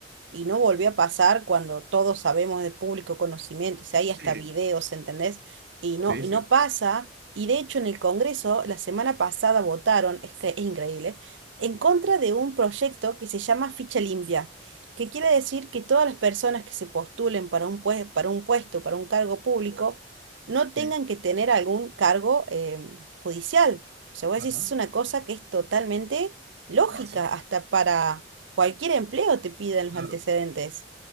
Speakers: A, on the right; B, on the right.
A: y no volvió a pasar cuando todos sabemos de público conocimiento, o sea, hay
B: Sí,
A: hasta videos,
B: sí,
A: ¿entendés? Y no,
B: sí,
A: y
B: sí,
A: no pasa. Y de hecho en el Congreso la semana pasada votaron, es que es increíble, en contra de un proyecto que se llama Ficha Limpia que quiere decir que todas las personas que se postulen para un pue- para un puesto, para un cargo público, no tengan
B: sí.
A: que tener algún cargo eh, judicial. O sea, vos
B: Ajá.
A: decís, es una cosa que es totalmente lógica,
B: Básica.
A: hasta para cualquier empleo te piden los
B: Claro,
A: antecedentes.